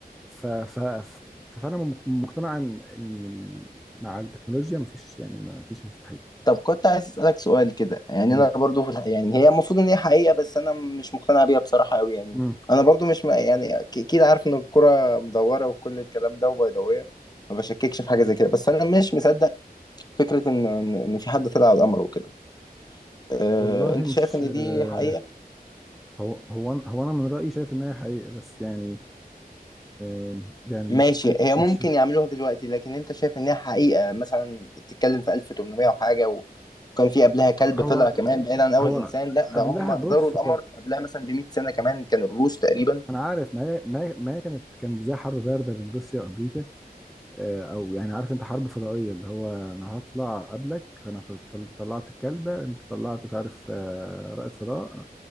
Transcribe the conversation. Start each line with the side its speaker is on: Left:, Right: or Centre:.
Centre: ف ف ف- فأنا م- مقتنع إن إن ال- مع التكنولوجيا مفيش يعني مفيش مستحيل
Left: طب كنت عايز اسالك سؤال كده يعني
Centre: مم.
Left: انا برضو في الح... يعني هي المفروض ان هي حقيقه بس انا مش مقتنع بيها بصراحه قوي يعني
Centre: مم.
Left: انا برضو مش م... يعني أك- اكيد عارف ان الكره مدوره وكل الكلام ده وبيضاويه ما بشككش في حاجه زي كده بس انا مش مصدق فكره ان ان إن في حد طلع على القمر وكده أه...
Centre: والله
Left: انت
Centre: مش
Left: شايف ان دي
Centre: آه،
Left: حقيقه
Centre: هو هو أنا- هو أنا من رأيي شايف إن هي حقيقة بس يعني آه، يعني مش
Left: ماشي هي ممكن
Centre: مش
Left: يعملوها دلوقتي لكن انت شايف انها حقيقة مثلا انت بتتكلم في 1800 وحاجة و- وكان في قبلها كلب
Centre: هو
Left: طلع كمان بعيد عن اول
Centre: هو
Left: انسان لا ده
Centre: قبلها
Left: هم
Centre: بص
Left: زاروا القمر
Centre: هو
Left: قبلها مثلا ب 100 سنة كمان كان الروس تقريبا
Centre: انا عارف ما هي ما هي ما هي كانت كانت زي حرب بارده بين روسيا وامريكا آه، او يعني عارف انت حرب فضائيه اللي هو انا هطلع قبلك انا طل- طل- طلعت الكلبه انت طلعت مش عارف آه، رائد فضاء